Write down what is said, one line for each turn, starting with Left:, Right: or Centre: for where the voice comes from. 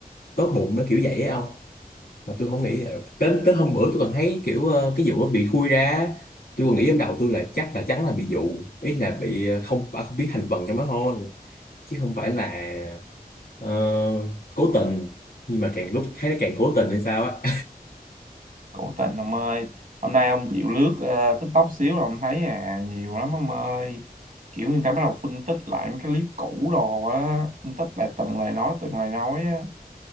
Left: tốt bụng nó kiểu vậy á ông mà tôi không nghĩ tới tới hôm bữa tôi còn thấy kiểu ờ, cái vụ nó bị khui ra tôi còn nghĩ trong đầu tôi là chắc là chắn là bị dụ ý là bị ờ, không bà không biết thành phần trong đó thôi chứ không phải là Ờ, cố tình nhưng mà càng lúc thấy nó càng cố tình hay sao á
Right: cổ tình ông ơi hôm nay ông chịu lướt ờ, TikTok xíu là ông thấy à nhiều lắm ông ơi kiểu người ta bắt đầu phân tích lại mấy cái clip cũ đồ á phân tích lại từng lời nói từng lời nói á